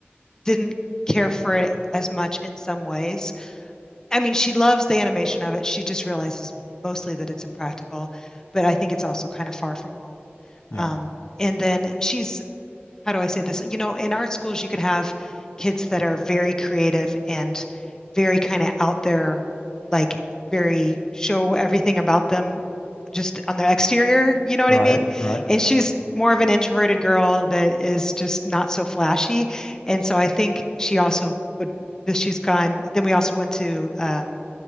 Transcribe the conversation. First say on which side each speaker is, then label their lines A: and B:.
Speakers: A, on the left; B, on the left.
A: didn't care for it as much in some ways. I mean, she loves the animation of it. She just realizes mostly that it's impractical, but I think it's also kind of far from home.
B: Yeah.
A: Um, and then she's how do I say this? You know, in art schools, you can have kids that are very creative and very kind of out there, like very show everything about them just on their exterior, you know what
B: Right.
A: I mean?
B: Right.
A: And she's more of an introverted girl that is just not so flashy. And so I think she also would, she's gone. Then we also went to um,